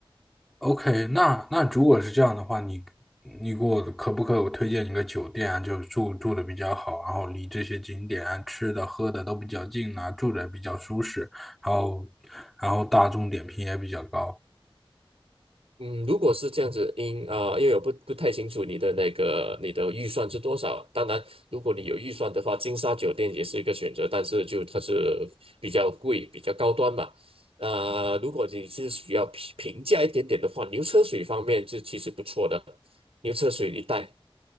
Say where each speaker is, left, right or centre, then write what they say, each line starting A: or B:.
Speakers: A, in the centre; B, on the right.
A: OK，那那如果是这样的话，你你给我可不可以推荐一个酒店啊？就是住住的比较好，然后离这些景点啊吃的喝的都比较近啊，住的比较舒适，然后然后大众点评也比较高。
B: 嗯，如果是这样子，因啊、呃因为我不不太清楚你的那个你的预算是多少。当然，如果你有预算的话，金沙酒店也是一个选择，但是就它是比较贵、比较高端嘛。呃，如果你是需要平平价一点点的话，牛车水方面是其实不错的，牛车水一带，